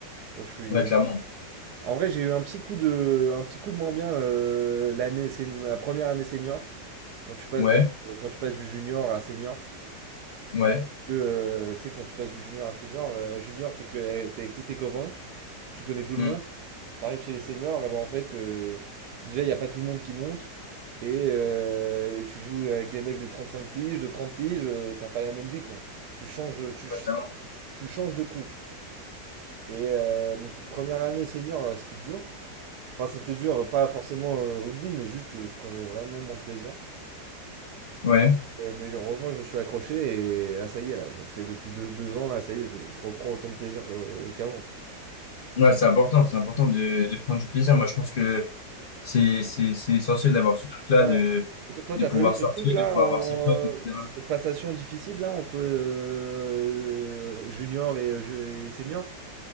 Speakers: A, on the right; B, on the left.
A: Moi, je suis...
B: Ouais, clairement.
A: En vrai, j'ai eu un petit coup de, un petit coup de moins bien euh, l'année, sen- la première année senior, quand tu passes
B: Ouais,
A: de, quand tu passes du junior à senior.
B: ouais.
A: Euh, tu sais, quand tu passes du junior à senior, euh, junior, t'es que, t'es avec tous tes copains, tu connais tout le
B: hmm,
A: monde, t'arrives chez les seniors, et ben en fait, euh, déjà, il n'y a pas tout le monde qui monte, et, euh, et tu joues avec des mecs de 35 piges, de 30 piges, euh, t'as pas la même vie, quoi. Tu changes, tu,
B: clairement.
A: tu changes de truc. Et euh, donc, première année senior, euh, c'était dur. Enfin, c'était dur, euh, pas forcément euh, rugby, mais juste, euh, je prenais vraiment mon plaisir.
B: Ouais.
A: Et, euh, mais heureusement, je me suis accroché et là, ça y est, là, ça fait depuis deux, deux ans, là, ça y est, je, je reprends autant de plaisir euh, qu'avant.
B: Ouais, c'est important, c'est important de, de prendre du plaisir. Moi, je pense que c'est, c'est, c'est essentiel d'avoir ce truc-là,
A: Ouais.
B: de,
A: Toi, toi,
B: de
A: t'as
B: pouvoir
A: pas eu ce
B: sortir,
A: truc-là,
B: de pouvoir
A: en-
B: voir ses potes, etc.
A: c- cette passation difficile, là, entre euh, junior et, euh, je- et senior?